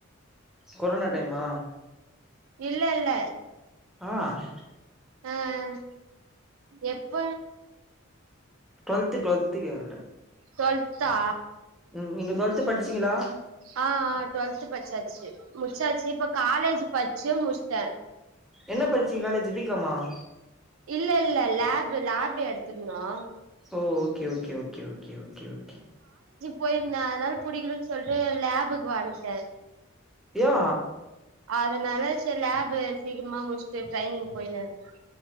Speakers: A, in the centre; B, on the right.
A: கொரோனா டைமா
B: இல்ல இல்ல
A: ஆஹ்
B: ஆஹ் எப்ப
A: டுவெல்த் டுவெல்த் கேட்டேன்
B: டுவெல்த்தா
A: உம் நீங்க டுவெல்து படிச்சீங்களா
B: ஆ ஆ டுவெல்த் படிச்சாச்சு முடிச்சாச்சு இப்ப காலேஜ் படிச்சி முடிச்சிட்டேன்
A: என்ன படிச்சிங்க காலேஜ் பி காம் ஆஹ்
B: இல்ல இல்ல லேப் லேப் எடுத்திருந்தோம்
A: ஓ okay okay okay okay okay okay
B: போய் இருதேன் அதனால புடிகுன்னு சொல்லிட்டு ஒரு லேபுக்கு வாங்கட்டேன்
A: யா
B: அதனால சரி லேப சீக்கிரமா முடிச்சுட்டு ட்ரைனிங் போயனுு இருக்கும்